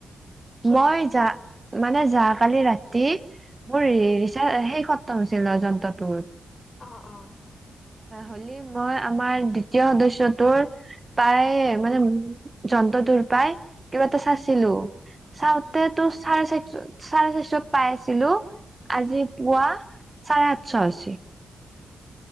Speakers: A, on the left; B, on the right.
A: কিয়া
B: মই যা মানে যা কালি ৰাতি মোৰ ৰিচা সেই খতম হৈছিল ন যন্ত্ৰটোৰ
A: অ অ
B: হলি মই আমাৰ দ্বিতীয় সদস্যাটোৰ প্ৰায় মানে যন্ত্ৰ তুৰ পাই কিবা এটা চাইছিলো।
A: উম
B: চাওঁতে
A: উম
B: তো চাৰে চাৰশ চাৰে চাৰিশত পাই আছিলো
A: উম
B: আজি পুৱা চাৰে আঠশ হৈছে।